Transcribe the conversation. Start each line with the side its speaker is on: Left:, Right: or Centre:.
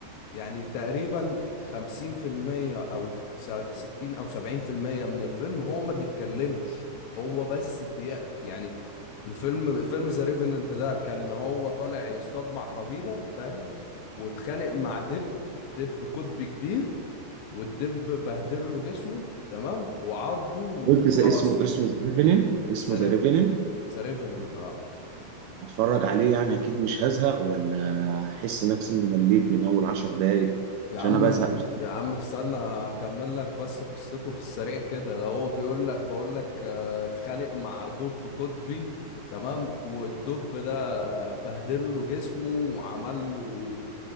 Left: يعني تقريبا 50% او س- 60 او 70% من الفيلم هو ما بيتكلمش هو بس بي يعني الفيلم فيلم ذا ريفننت ده كان هو طالع يصطاد مع قبيلة فاهم واتخانق مع دب دب قطبي كبير والدب بهدل له جسمه تمام وعضه وخلاص
Right: قلت زي اسمه اسمه ذا ريفنن اسمه
Left: ذا ريف
Right: ذا ريفنن
Left: ذا ريفننت اه
Right: هتفرج عليه يعني أكيد مش هزهق ولا أحس نفسي إني مليت من أول عشر دقايق
Left: يا
Right: عشان
Left: عم
Right: أنا بزهق بسرعة
Left: يا عم استنى اكمل لك بس قصته في السريع كده هو بيقول لك بقول لك آه، اتخانق مع دب قطبي تمام والدب ده بهدل له جسمه وعمل له